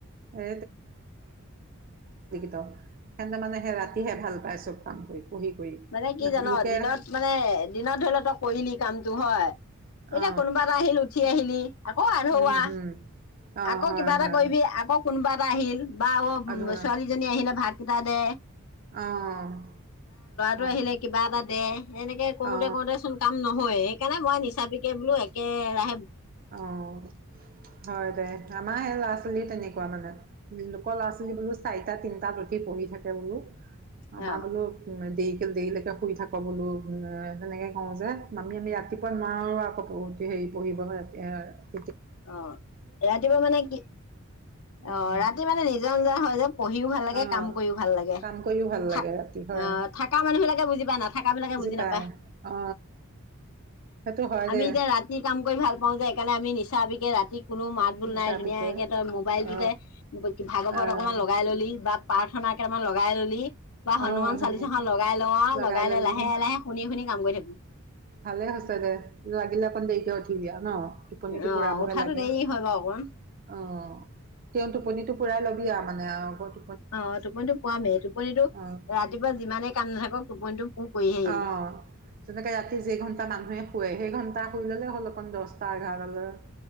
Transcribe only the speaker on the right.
এ সে মানে সেই ৰাতিহে ভাল পাই চব কাম কৰি। পঢ়ি কৰি
লোকে
অ
উম হম অ
হয়
হয়
আধৰুৱা
অ', হয়
অ
অ', হয় দে আমাৰ সে ল'ৰা ছৱালী ল'ৰা ছালও তেনেকুৱা মানে লোক ল'ৰা ছোৱালী বোলো চাৰিটা তিনটা উঠি পঢ়ি থাকে বোলো।
আমাৰ বোলো উ', দ কিল দেৰিলৈকে শুই থাকো বোলো তেনেকৈ কওঁ যে আমি- আমি ৰাতিপুৱা নোৱাৰোঁ আকৌ হেৰি পঢ়িব। এয়',
উম
আহ
কাম কৰিও ভাল
লাগে ৰাতি হয়
পায়
অ সেইটো হয়
দে
নিচা
পিকে
অ
আহ
অ' ধুনীয়া
লগাই ললি
ভালে হৈছে দে লাগিলে অকন দেৰিকে উঠিবি ন টোপনিটো
পুৰাবহে
লাগে
অ তেওঁ টোপনিটো পুৰাই লবি আৰু মানে আৰু
অ',
অ তেনেকে ৰাতি যে ঘন্টা মানুহে শুৱে সেই ঘন্টা টা শুই ললে হ'ল অকণ দহটা এঘাৰ লৈ